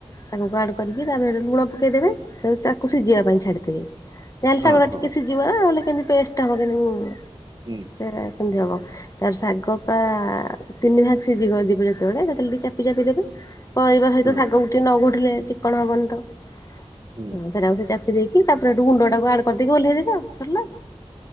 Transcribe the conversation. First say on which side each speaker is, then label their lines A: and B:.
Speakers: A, on the left (about 30°); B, on the right (about 40°).
A: ଶାଗକୁ ଆଡ୍‌ କରିକି ତାପରେ ସେଇଠୁ ଲୁଣ ପକେଇଦବେ ତାପରେ ତାକୁ ସିଝିବା ପାଇଁ ଛାଡିଦେବେ। ଯାହାହେଲେ
B: ହଁ
A: ଶାଗଟା
B: ହଁ
A: ଟିକେ ସିଝିବ ନା ନହେଲେ କେମିତି ପେଷ୍ଟଟା ହବ କେମିତି।
B: ହୁଁଁ।
A: ସେଇଟା କେମିତି ହବ? ତାପରେ ଶାଗ ପୁରା ତିନି ଭାଗ ସିଝିଗ ଯିବ ଯେତେବେଳେ ତା ଦେହରେ ଟିକେ ଚାପି ଚାପି ଦେବେ। ପରିବା ସହିତ
B: ହଁ
A: ଶାଗକୁ ଟିକେ ନ ଘୋଟିଲେ ଚିକ୍କଣ ହବନି ତ। ହଁ
B: ହୁଁ
A: ସେଇଟାକୁ ସେ ଚାପି ପି ଦେଇକି ତାପରେ ସେଇଠୁ ଗୁଣ୍ଡଟାକୁ ଆଡ କରିଦେଇକି ଓହ୍ଲେଇ ଦେବେ ଆଉ ସରିଲା ଆଉ।